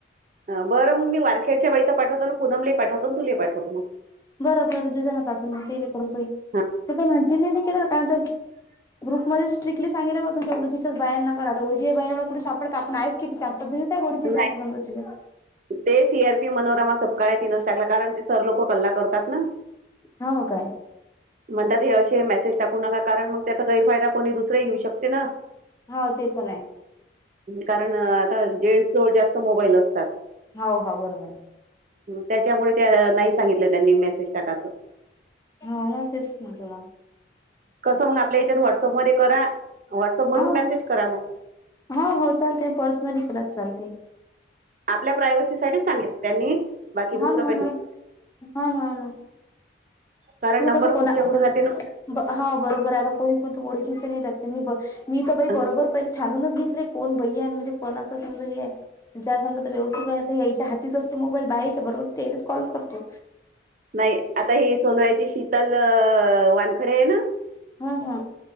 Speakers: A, on the right (about 40°); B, on the left (about 15°).
A: बर मी वारखेडच्या बाईचा पाठवतो पूननमले पाठवतो आणि तुले पाठवतो मग
B: बरं, बरं दुजना पाठ मग तेले करून पहित
A: हा
B: म्हण नाही केलं कारण
A: <unintelligible>
B: ग्रुपमध्ये स्ट्रिक्टली सांगेलं ब तुमच्या ओळखीच्याच बायांना करा ओळख बा एवढ कुठे सापडत आपण आहेच किती चार पाच त्या ओळखीच्या
A: नाही
B: सात समजा तिच्यात
A: ते सी आर पी मनोरमा सपकाळ्यात तिनस टाकला कारण ते सर लोक कल्ला करतात ना
B: हावो काय?
A: म्हणतात हे असे मेसेज टाकू नका, कारण मग त्याचा गैरफायदा कोणी दुसरा घेऊ शकते ना.
B: हा ते पण आहे.
A: कारण आता जेंट्स जवळ जास्त मोबाईल असतात.
B: हो हा बरोबर.
A: त्याच्यामुळे त्या नाही सांगितलं त्यांनी मेसेज टाकाचं.
B: हा ना तेस <unintelligible>
A: कसं मग आपल्या याच्यात व्हॉट्सअप मध्ये करा, व्हॉट्सअप
B: हा
A: मधून मेसेज करा मग.
B: हो, हो चालते पर्सनली केलात चालते.
A: आपल्या प्रायवसीसाठीच सांगित त्यांनी. बाकी
B: होना,
A: दुसरं काही नाही.
B: होना.
A: कारण
B: म
A: नंबर
B: कसं
A: कुठच्या
B: कोणा आता
A: कुठे जाते ना
B: ब हा बरोबर आहे आता कोणी पण त ओडखीच नही त्यात मी ब मी तर
A: हं.
B: बई बरोबर पहिजे छानूनच घेतले कोण बई आहे, न म्हणजे कोण असं समजा हे आहे. ज्या समजा त व्यवस्थित वयात यायच्या हातीच असतो, मोबाईल बा यायच्या बरोबर त्यानीच कॉल करतो.
A: नाही आता ही सोंदळ्याची शीतल अ वानखडे हे ना.
B: हं हं!